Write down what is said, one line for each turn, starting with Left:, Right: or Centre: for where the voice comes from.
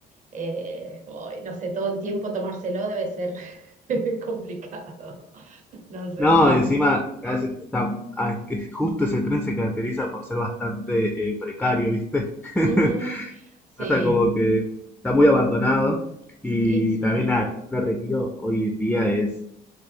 Right: eh, uy, no sé, todo el tiempo tomárselo debe ser <laughs> complicado. No sé,
Centre: No,
Right: va.
Centre: encima, a veces está- ah, es- justo ese tren se caracteriza por ser bastante eh, precario, ¿viste? <laughs>
Right: Ujú, Sí,
Centre: Pasa como que está muy abandonado y
Right: y sí.
Centre: también la estación de retiro hoy en día es,